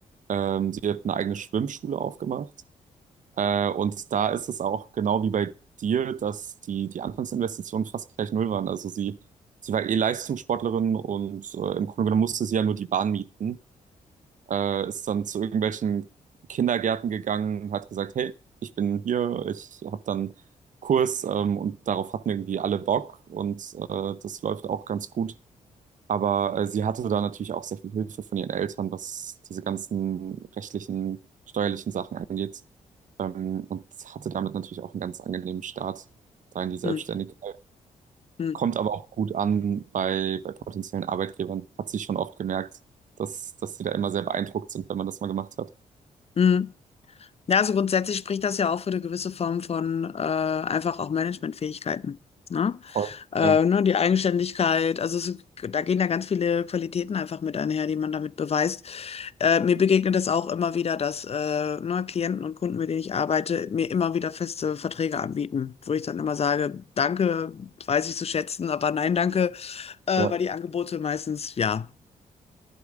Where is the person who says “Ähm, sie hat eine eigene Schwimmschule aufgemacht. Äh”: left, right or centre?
Right